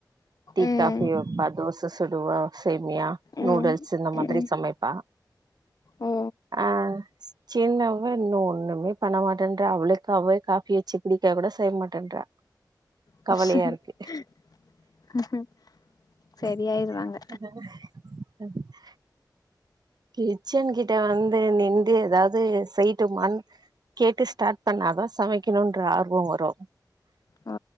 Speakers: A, on the right (about 60°); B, on the left (about 55°).
A: டீ
B: ம்
A: காபி வெப்பா தோச சுடுவா சேமியா நூடுல்ஸ்
B: ம்
A: இந்த மாதிரி
B: ம்
A: சமைப்பா
B: ஓ
A: ஆ சின்னாவே இன்னும் ஒண்ணுமே பண்ண மாட்டேன் அவளுக்கு அவே காபி வெச்சு குடிக்க கூட செய்ய மாட்டேன்றா
B: <inaudible>
A: கவலையா இருக்கு அஹஹம்
B: சரியாயிருவாங்க
A: கிச்சன் கிட்ட வந்து நின்டு ஏதாவ்து செய்ட்டுமாண் கேட்டு ஸ்டார்ட் பண்ணாதா சமக்கணுன்ற ஆர்வொ வரு
B: ஓ